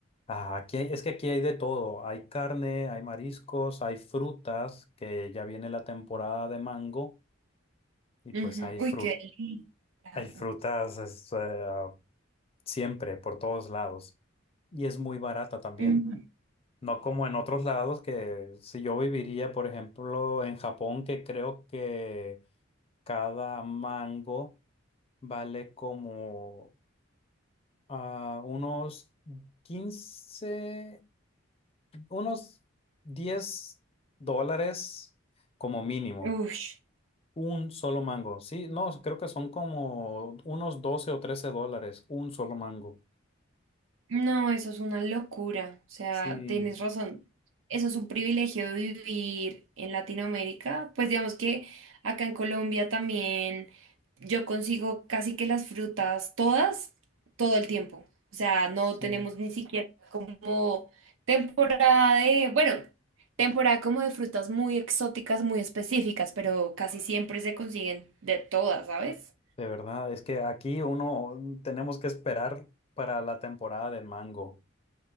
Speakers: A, on the left; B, on the right.
A: ah, aquí hay- es que aquí hay de todo, hay carne, hay mariscos, hay frutas, que ya viene la temporada de mango y
B: Ujú.
A: pues hay
B: Uy,
A: fru-
B: qué delicado.
A: hay frutas es, eh, siempre por todos lados y es muy barata también.
B: Ujú.
A: No como en otros lados que si yo viviría, por ejemplo, en Japón, que creo que cada mango vale como a unos 15, unos diez dólares como mínimo.
B: Ush.
A: Un solo mango. Sí, no, creo que son como unos 12 o 13 dólares. Un solo mango.
B: No, eso es una locura. O sea,
A: Sí,
B: tienes razón. Eso es un privilegio de vivir en Latinoamérica. Pues digamos que acá en Colombia también yo consigo casi que las frutas todas, todo el tiempo. O sea, no
A: sí.
B: tenemos ni siquiera como temporada de, bueno, temporada como de frutas muy exóticas, muy específicas, pero casi siempre se consiguen de todas, ¿sabes?
A: De verdad, es que aquí uno mm, tenemos que esperar para la temporada de mango.